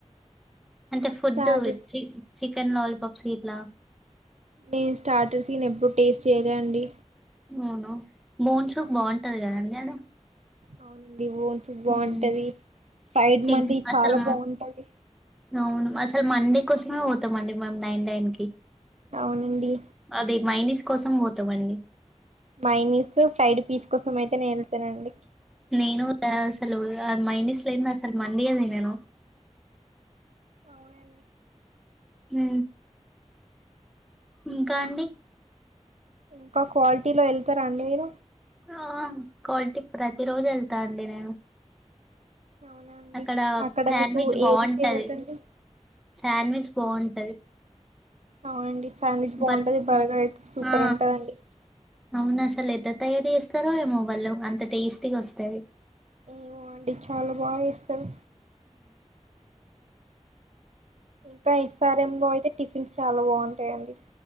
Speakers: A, in the centre; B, on the right.
A: అంటే ఫుడ్
B: స్టార్టర్స్
A: చి చి కెన్ లాలీపప్స్ గిట్లా
B: నేను స్టాటర్స్ <inaudible> ఎప్పుడు టేస్ట్ చేయలే అండి
A: అవును బోన్ సూప్ బాగుంటుంది కదాండి ఆడ
B: అవునం ఇదితు బాగుంటది
A: ఉమ్
B: సైడ్
A: చిన్
B: మండి
A: అసలు
B: చాలా బాగుంటది
A: అవును అసలు మండే కోసమే పోతాంమండి మేము నైన్ టైన్ కి
B: అవునండి
A: అది మైనిస్ కోసం పోతావండి
B: మైనస్ ఫ్రైడ్ పీస్ కోసం అయితేనే వెళ్తానండి
A: నేను అసలు మైనిస్లంది అసలు మండీ హె తినను
B: అవునండి
A: మ్ ఇంకా అండి
B: ఇంకా క్వాలిటీ లో వెళ్తారా అండి మీరు
A: ఆ కల్టి ప్రతి రోజు వెళ్తా అండి నేను.
B: అవునండి
A: అక్కడ
B: అక్కడ
A: శాండ్విచ్
B: మీకు
A: బాగుంటది
B: ఏది ఫేవరెట్ అండి
A: శాండ్విచ్ బాగుంటది.
B: అవునండి శాండ్విచ్ బాగుంటుంది
A: బర్
B: బరగా అయితే సూపర్
A: ఆ
B: ఉంటుందండి.
A: అవును అసలు ఎతే తయారుీ చేస్తారో ఏమో వాళ్ళు అంత టేస్టీగా వస్తంది.
B: ఏో అంటే చాలా బాగా ఇస్తారు ఇంకా ఎస్ఆర్ఎంయితే టిఫిన్స్ చాలా బాగుంటాయిడి